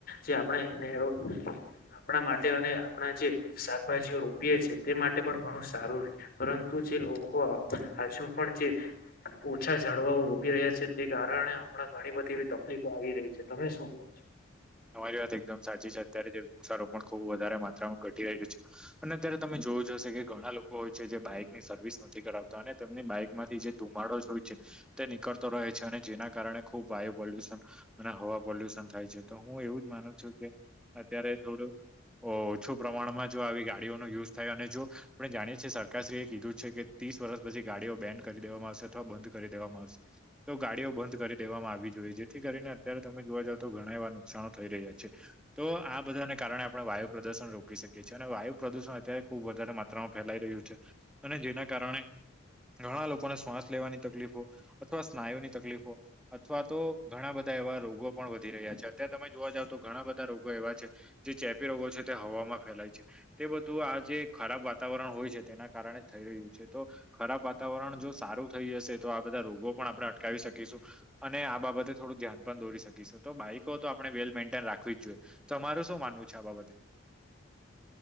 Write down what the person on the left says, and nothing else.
જે આપણે એને એવો આપણા માટે અને આપણા જે શાકભાજીઓ રોપીએ છે તે માટે પણ ઘણું સારું રે, પરંતુ જે લોકો, હજુ પણ જે ઓછા ઝાડવા ઓ રોપી રહ્યાછે તે કારણે હમણાં ઘણી બધી, તકલીફો આવી રહી છે તમે શું કો છો,